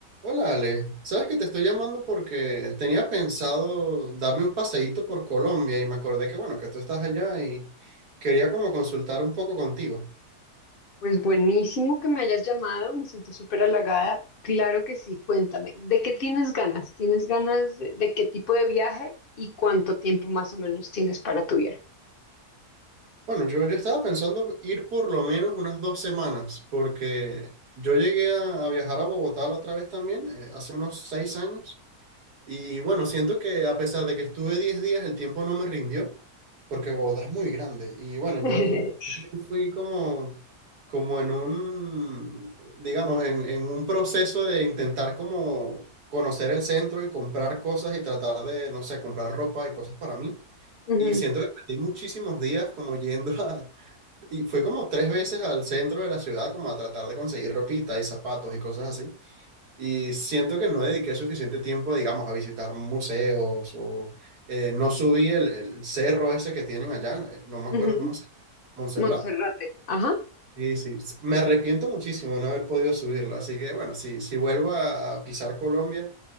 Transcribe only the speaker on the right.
Hola Ale, sabes que te estoy llamando porque tenía pensado darme un paseíto por Colombia y me acordé que bueno, que tú estás allá y quería como consultar un poco contigo.
Bueno, yo, yo estaba pensando ir por lo menos unas dos semanas porque yo llegué a, a viajar a Bogotá la otra vez también, eh, hace unos seis años. Y bueno, siento que a pesar de que estuve 10 días, el tiempo no me rindió, porque Bogotá es muy grande. Y bueno,
yo fui como, como en un, digamos, en, en un proceso de intentar como conocer el centro y comprar cosas y tratar de, no sé, comprar ropa y cosas para mí.
Y siento que perdí muchísimos días como yendo a... Y fui como tres veces al centro de la ciudad como a tratar de conseguir ropita y zapatos y cosas así. Y siento que no dediqué suficiente tiempo, digamos, a visitar museos o eh, no subí el, el cerro ese que tienen allá, eh, no me acuerdo
cómo se llama, Montserrat.
Y sí, s- me arrepiento muchísimo de no haber podido subirlo, así que bueno, si, si vuelvo a, a pisar Colombia,